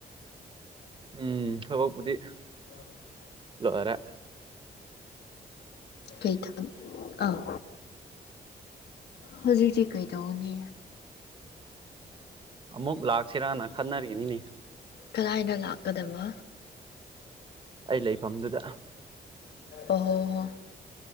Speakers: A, on the right (about 30°); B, on the left (about 80°).
A: ꯎꯝ ꯊꯕꯛꯄꯨꯗꯤ
B: <unintelligible>
A: ꯂꯣꯏꯔꯦ
B: ꯀꯩ ꯊꯕꯛ ꯑꯥ ꯍꯧꯖꯤꯛꯗꯤ ꯀꯩꯗꯧꯅꯤ
A: ꯑꯃꯨꯛ ꯂꯥꯛꯁꯤꯔꯥꯅ ꯈꯟꯅꯔꯤꯅꯤꯅꯦ
B: ꯀꯗꯥꯏꯗ ꯂꯥꯛꯀꯗꯕ
A: ꯑꯩ ꯂꯩꯐꯝꯗꯨꯗ
B: ꯑꯣꯍꯣ ꯍꯣ